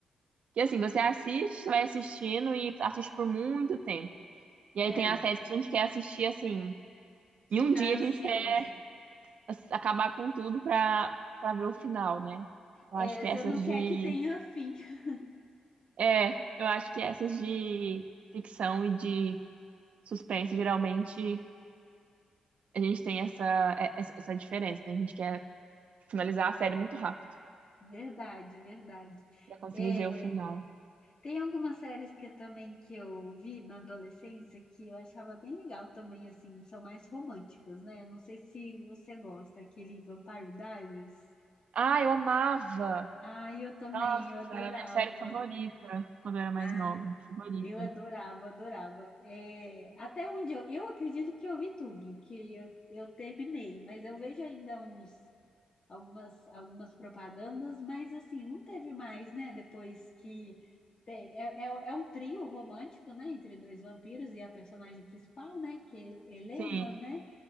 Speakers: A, on the right; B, on the left.
A: Que assim, você assiste, você vai assistindo e assiste por muito tempo. E
B: É,
A: aí tem as séries que a gente quer assistir assim.
B: fica
A: Em um dia
B: ansioso.
A: a gente quer ass- acabar com tudo pra, pra ver o final, né? Eu
B: É,
A: acho que
B: você
A: essas
B: não
A: de.
B: quer que tenha fim. <laughs>
A: É, eu acho que essas de ficção e de suspense, geralmente, a gente tem essa, é- essa essa diferença, né? A gente quer finalizar a série muito rápido
B: Verdade, verdade.
A: pra conseguir
B: É,
A: ver o final.
B: tem algumas séries que também que eu vi na adolescência que eu achava bem legal também, assim, são mais românticas, né? Não sei se você gosta, aquele Vampire Diaries.
A: Ah, eu amava!
B: Ah, eu também,
A: Nossa,
B: eu adorava.
A: era a minha série favorita quando eu era mais
B: Ah,
A: nova. Favorita.
B: eu adorava, adorava. É, até onde eu, eu acredito que eu vi tudo, que eu, eu terminei, mas eu vejo ainda uns. algumas, algumas propagandas, mas assim, não teve mais, né? Depois que. tem- É, é, é um trio romântico, né? Entre dois vampiros e a personagem principal, né? Que é Helena,
A: Sim.
B: né?